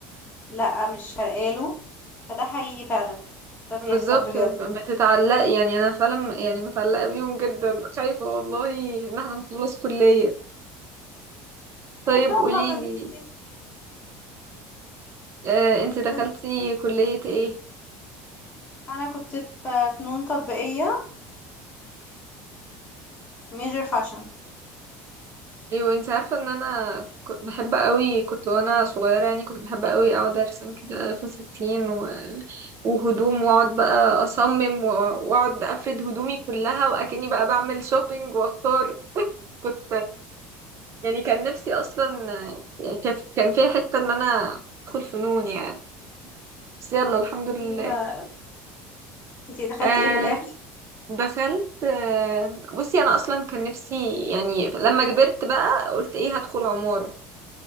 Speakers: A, on the left; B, on the right.
A: لا مش فارقاله فده حقيقي فعلا ده بيحصل
B: بالظبط
A: بجد
B: بتتعلقي يعني أنا فعلا يعني متعلقة بيهم جدا خايفة والله إن احنا نخلص كلية طيب
A: ان شاء
B: قوليلي
A: الله بس
B: آه، انت دخلتي
A: قولي.
B: كلية ايه؟
A: انا كنت في فنون تطبيقية ميجر فاشن
B: ايوه انت عارفه ان انا ك- بحب قوي كنت وانا صغيره يعني كنت بحب قوي اقعد ارسم كده فساتين و- وهدوم واقعد بقى اصمم و- واقعد افرد هدومي كلها واكني بقى بعمل شوبينج واختار كنت يعني كان نفسي اصلا يعني كان كان فيها حته ان انا ادخل فنون يعني بس يلا الحمد لله
A: ايه ما انتي دخلتي
B: آه
A: ايه في الاخر
B: دخلت آه بصي انا اصلا كان نفسي يعني لما كبرت بقى قلت ايه هدخل عمارة